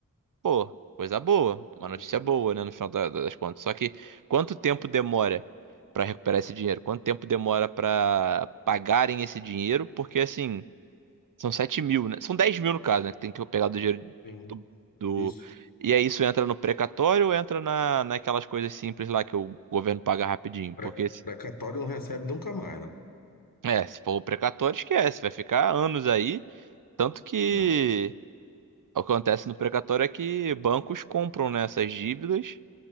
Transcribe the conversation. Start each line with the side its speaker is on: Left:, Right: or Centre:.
Right: Pô, coisa boa, uma
Left: a miséria.
Right: notícia boa, né, no final da- da- das contas. Só que quanto tempo demora pra recuperar esse dinheiro? Quanto tempo demora pra pagarem esse dinheiro? Porque assim, são sete mil, né? São dez mil no caso, né? Que tem que eu pegar do dinheiro
Left: Sim,
Right: do, do-
Left: isso.
Right: E aí isso entra no precatório ou entra na, naquelas coisas simples lá que o governo paga rapidinho?
Left: Pre-
Right: Porque, se-
Left: Precatório não recebe nunca mais, né?
Right: é, se for o precatório, esquece, vai ficar anos aí. Tanto que
Left: É,
Right: o que acontece no precatório é que bancos compram, né, essas dívidas.